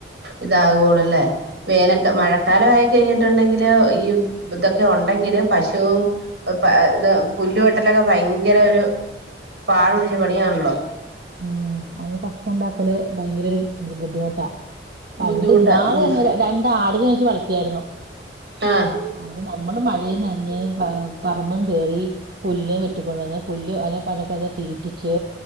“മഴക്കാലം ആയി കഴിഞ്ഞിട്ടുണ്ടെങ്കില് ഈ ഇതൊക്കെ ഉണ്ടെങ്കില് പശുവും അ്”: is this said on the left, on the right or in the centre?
Right